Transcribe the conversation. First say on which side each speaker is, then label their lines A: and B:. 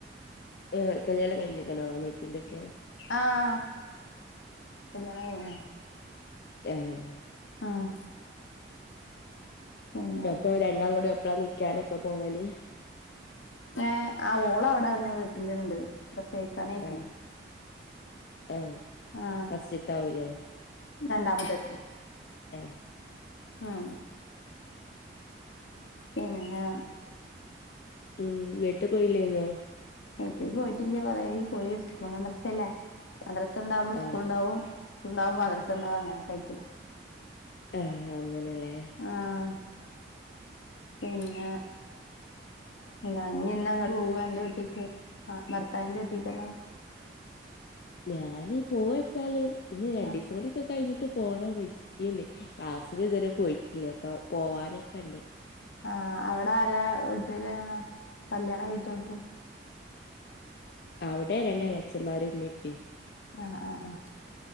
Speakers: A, on the left (about 55°); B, on the left (about 85°).
A: എഹ് കല്യാണം കഴിഞ്ഞ്ക്ക്ണോ അനിയത്തിന്റൊക്കെ?
B: ആഹ് കല്യാണംകഴിഞ്ഞ്ണ്
A: ഏഹ്
B: ആഹ് പിന്നെ
A: അപ്പൊരണ്ടാംളുംകൂടി ഒപ്പാ നിക്കാനൊക്കെപോവല്?
B: ആഹ് ആ ഓളഅവിടെന്നെവീട്ടില്ണ്ട് പ്രസവിക്കാനായ്ക്ക്ണ്
A: ആഹ് ആഹ്
B: ആഹ്
A: ഫസ്സ്ത്താവൂലെ
B: രണ്ടാമത്തെ
A: എഹ്
B: ആം പിന്നെ
A: ഉം വീട്ടിപോയില്ലേന്നോ?
B: വിട്ട്പോയിട്ടില്ലകൊറേ ആയിപോയി സ്കൂൾ മദ്രസ്സയല്ലേ മദ്രസ്സ്ണ്ടാവുമ്പോസ്കൂള്ണ്ടാവും
A: ആഹ്
B: സ്കൂള്ണ്ടാവും മദ്രസ്സ്ണ്ടാവും അങ്ങനോക്കെയിരിക്കും
A: അങ്ങനെല്ലേ?
B: ആഹ് ഏയ് എന്താണ് ഞ്എന്നഅങ്ങെട്ട്പോവാ അന്റെവീട്ട്ക്ക് ആ ഭർത്താവിന്റെ വട്ടീക്ക്ന്നാ
A: ഞാന് പോവാച്ചാല് ഇനി രണ്ടിസംകൂടിയൊക്കെ
B: ആഹ്
A: കഴിഞ്ഞിട്ട് പോണം വിജാ <unintelligible> ക്ലാസ്സിന്ഇതുവരെ പോയിട്ടില്ല പം പോവാനൊക്കണ്ട്
B: ആഹ ആടാരാ വീട്ടില് കല്യാണം കയിച്ചോട്ത്ത്?
A: അവിടെ രണ്ട് എളച്ചമ്മാരും മ്മിം പ്പിം
B: ആഹ ആഹ ആഹ